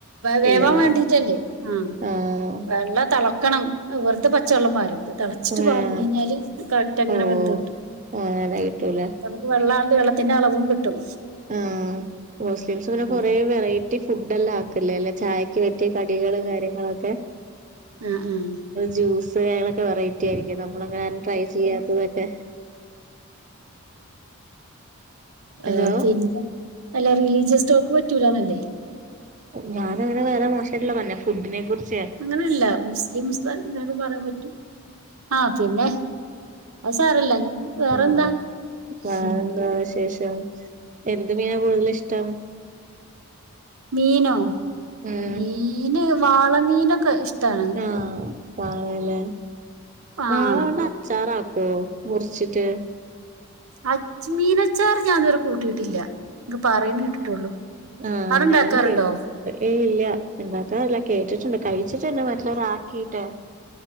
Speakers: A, on the right; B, on the right.
A: വേവാൻ
B: ഇല്ലല്ലേ
A: വേണ്ടിട്ടല്ലേ ആഹ്
B: ആഹ്
A: വെള്ളം തിള ക്കണം വെറുതെ പച്ചെള്ളം പാരരുത് ച്ചിട്ട് പാർന്ന്
B: ആഹ്
A: കഴിഞ്ഞാല് കറക്റ്റ് അങ്ങനെ
B: ഓ
A: വെന്ത് കിട്ടും
B: അങ്ങനെ കിട്ടൂല
A: വെള്ള വെള്ളത്തിന്റെ അളവും കിട്ടും
B: ഉം ഹോസ്റ്റൽസ് പിന്നെ
A: ഉം,
B: കൊറേ വെറൈറ്റി ഫുഡ് എല്ലാം ആക്കല്ലേ അല്ലെ ചായ കേറ്റിയ കടികള് കാര്യങ്ങളൊക്കെ
A: ആഹ് ആഹ്
B: ജൂസ് കാര്യങ്ങളൊക്കെ വെറൈറ്റി ആയിരിക്കും നമ്മള അങ്ങനെ ആരും ട്രൈ ചെയ്യാത്തതൊക്കെ എന്തോ
A: ആഹ് പിന്നെ അല്ല റിലീജിയസ് സ്റ്റോക്ക് പറ്റൂലന്നല്ലേ
B: ഞാന അങ്ങന വേറെ മോശായിട്ടുള്ള പറഞ്ഞോ ഫുഡിനെ കുറിച്ച്
A: അങ്ങനെല്ല മുസ്ലിംസ് ഇങ്ങനൊക്കെ പറയാൻ പറ്റും ആഹ് പിന്നെ അത് സാരല്ല ഇനി വേറെന്താ
B: ആ വേറെന്താ
A: ഉം.
B: വിശേഷം എന്ത് മീനാ കൂടുതൽ ഇഷ്ടം
A: മീനോ
B: ഉം
A: മീന് വാള മീനൊക്കെ ഇഷ്ടാണ്
B: ആഹ് വാളല്ലേ
A: ആഹ്
B: വാള അച്ചാറാക്കോ മുറിച്ചിട്ട്
A: അച് മീനച്ചാർ ഞാൻ ഇതുവരെ കൂട്ടിയിട്ടില്ല ഇത് പറയുന്ന കേട്ടിട്ടുള്ളൂ
B: ആഹ്
A: അവിടെ ഇണ്ടാക്കാറുണ്ടോ
B: ഞാനും കേട്ടിട്ടുണ്ട് ഏയ് ഇല്ല ഉണ്ടാക്കാൻ അറിയില്ല കേട്ടിട്ടുണ്ട് കഴിച്ചിട്ടന്നെ മറ്റുള്ളവരാക്കിയിട്ട്